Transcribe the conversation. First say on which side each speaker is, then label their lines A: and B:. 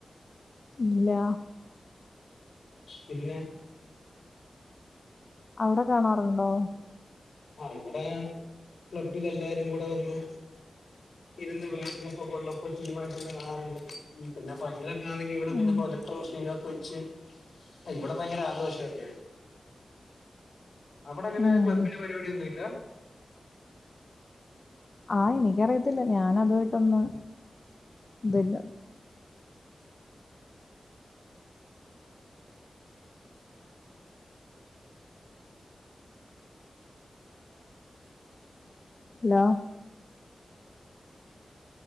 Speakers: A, on the left (about 45°); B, on the left (about 75°).
A: ഇല്ല
B: പിന്നെ
A: അവ്ടെ കാണാറുണ്ടോ
B: ആഹ ഇവിടെ ക്ലബ്ബിൽ എല്ലാരും കൂടെ വന്നു ഇരുന്ന് വേൾഡ് കപ്പ് കൊള്ളപ്പോ ടീയിട്ട് ഇെ കാണാറുണ്ട് പിന്നെ ഭയര ണെങ്ക ഇവിടെന്നെ
A: ഉം
B: പ്ര ക്കെ <unintelligible> പക്ഷ ഇവിടെ ഭയങ്കര ആഘോഷായിരിക്ക അവിടെ അങ്ങനെ
A: ഉം
B: ക്ലബില് പരിപാടിിയൊന്നുംല്ല
A: ആഹ എനിക്കറിയത്തില്ല ഞാൻ അതുമായിട്ടൊന്നും ഇതില്ല ഹലോ